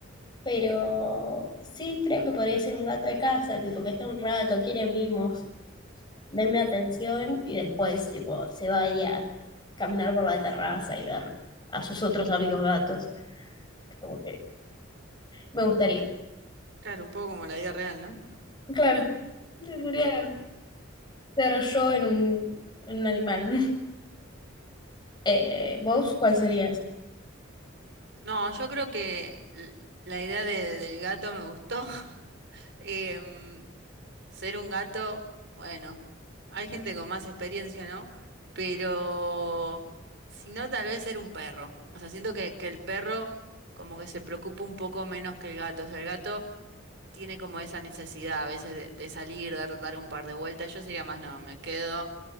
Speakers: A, on the left (about 25°); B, on the right (about 60°).
A: Pero sí creo que podría ser un gato de casa, tipo que está un rato, quiere mimos, denme atención y después, tipo, se vaya a caminar por la terraza y ver a sus otros amigos gatos. Como que me gustaría.
B: Claro, un poco como la vida real, ¿no?
A: Claro, debería ser yo en un, en un animal. <laughs> Eh, ¿vos cuál
B: Sí.
A: serías?
B: No, yo creo que l- la idea de- del gato me gustó. Em, ser un gato, bueno, hay gente con más experiencia, ¿no? Pero si no, tal vez ser un perro. O sea, siento que, que el perro como que se preocupa un poco menos que el gato. O sea, el gato tiene como esa necesidad a veces de, de salir, dar, dar un par de vueltas. Yo sería más, no, me quedo,